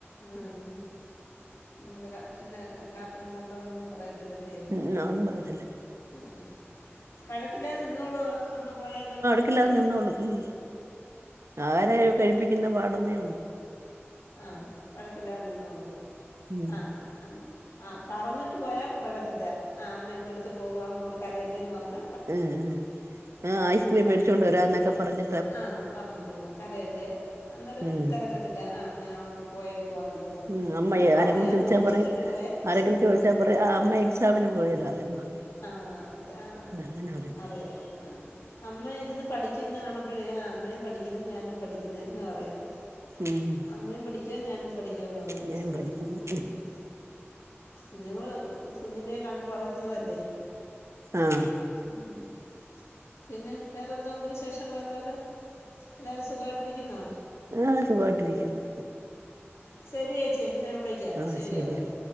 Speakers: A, on the left; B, on the right.
A: ആഹ് ഞങ്ങള് കാ എന്ന കാർട്ടൂൺ കണ്ടതൊന്നും പറയത്തില്ല അല്ലെ
B: ഉം അതൊന്നും പറയത്തില്ല
A: ഉം വഴക്കില്ലാതെ നിന്നോളൂവോ അമ്മ പോയാലും
B: ക്കില്ലാതെ നിന്നോളും ഉം ആഹാരം കഴിപ്പിക്കുന്ന പാട് ഒന്നേയുള്ളു
A: ആഹ് വഴക്കില്ലാതെ നിന്നോളും
B: ഉം
A: ആഹ് അ ആഹ് പറഞ്ഞിട്ട് പോയാൽ വഴക്കില്ല ആഹ് അമ്മ ഇന്നടുത്തു പോകുവാ മോള് കരയല്ലേന്ന് പറഞ്ഞ
B: ഉം ഉം ആഹ് ഐസ്ക്രീം മേടിച്ചുകൊണ്ട് വരാന്നൊക്കെ പറഞ്ഞ
A: ആഹ് പറഞ്ഞിട്ട് പോകും കരയല്ലേ അന്നേരം
B: ഉം
A: തിരക്കത്തില്ല ആഹ് ഞാ അമ്മ പോയെ ക്കുവാന്നെല്ലാം പറയും
B: ഉം അമ്മയെ
A: നമ്മള് പറയാതെ
B: ആരെങ്കിലും ചോദിച്ചാ
A: ഒളിച്ചിട്ടിട്ട്
B: പറയും
A: പോയാ
B: ആരെങ്കിലും
A: സങ്കടവ
B: ചോദിച്ചാ അമ്മ എക്സാമിന് പോയതാ എന്ന് പറയും
A: ആഹ് അതാ
B: അങ്ങനെ പറയും
A: അറിയാം ആഹ് അമ്മ ഇരുന്ന് പഠിക്കുന്ന കാണ് മ്പഴേ ആഹ് അമ്മയും പഠിക്കുന്ന് ഞാനും പഠിക്കുന്ന് എന്ന് പറയും
B: ഉം
A: അമ്മയും പഠിക്ക ഞാനും പ ഠിക്കുവാന്ന് പറയും
B: ഇങ്ങനെ
A: കൊച്ചുങ്ങള്
B: പഠിക്കുന്നു
A: ഉം കുഞ്ഞുങ്ങള് കുഞ്ഞിലെ കണ്ട് വളരുന്നതല്ലേ
B: ആഹ്
A: ഉം പിന്നെ വേറെ എന്തോ ഒണ്ട് വിശേഷങ്ങളല്ലാതെ എല്ലാവാരും സുഖമായിട്ട് ഇരിക്കുന്നോ
B: ആഹ് സുഖായിട്ടിരിക്കുന്നു
A: ശരി ചേച്ചി എന്ന വിളിക്കാം
B: ആ
A: ശരി
B: ശരിയെന്നാ
A: ഓക്കെ